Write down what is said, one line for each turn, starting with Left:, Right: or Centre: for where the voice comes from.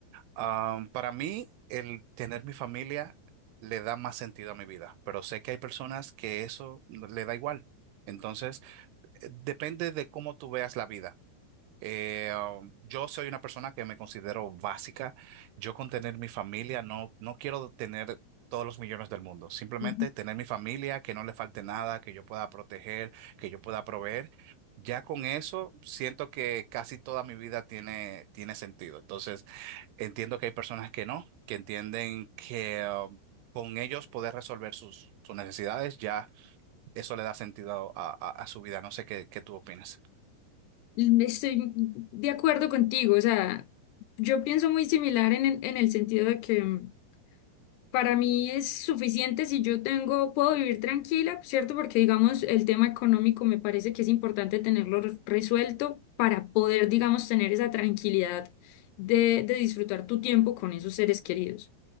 Right: am, para mí el tener mi familia le da más sentido a mi vida, pero sé que hay personas que eso no- le da igual. Entonces, eh, depende de cómo tú veas la vida. Eh, um, yo soy una persona que me considero básica. Yo con tener mi familia no, no quiero tener todos los millones del mundo. Simplemente
Left: ujú.
Right: tener mi familia, que no le falte nada, que yo pueda proteger, que yo pueda proveer. Ya con eso siento que casi toda mi vida tiene, tiene sentido. Entonces entiendo que hay personas que no, que entienden que um, con ellos poder resolver sus, sus necesidades, ya eso le da sentido a, a- a su vida. No sé qué, qué tú opinas.
Left: Estoy de acuerdo contigo, o sea, yo pienso muy similar en, el- en el sentido de que mm, Para mí es suficiente si yo tengo, puedo vivir tranquila, ¿cierto? Porque digamos, el tema económico me parece que es importante tenerlo re- resuelto para poder, digamos, tener esa tranquilidad de, de disfrutar tu tiempo con esos seres queridos.